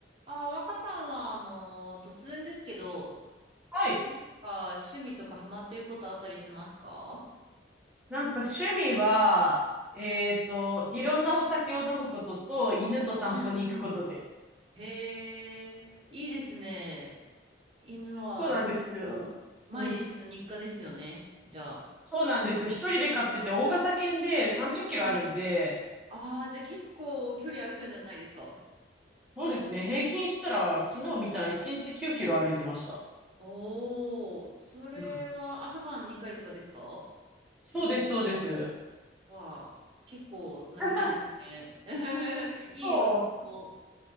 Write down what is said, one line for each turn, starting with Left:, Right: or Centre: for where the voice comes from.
Right: あ、若さんは、あの、突然ですけど、
Centre: はい。
Right: なんか趣味とかハマってることあったりしますか
Centre: なんか趣味は、えっと、いろんなお酒を飲むことと、犬と散歩に行くことです。
Right: うんうん。へえ、いいですね。犬は、
Centre: そうなんですよ。
Right: えっと、毎日の日課ですよね。
Centre: うん。
Right: じゃあ。
Centre: そうなんです。一人で飼ってて、大型犬で30キロあるんで、
Right: はい。ああ、じゃあ結構距離歩くんじゃないですか
Centre: そうですね。平均したら、昨日見たら1日9キロ歩いてました。
Right: おー、それは朝晩2回とかですか
Centre: うん。そうです、そうです。
Right: わあ、結構な距離ですね。
Centre: <laughs>
Right: <laughs> いい運動。
Centre: そう、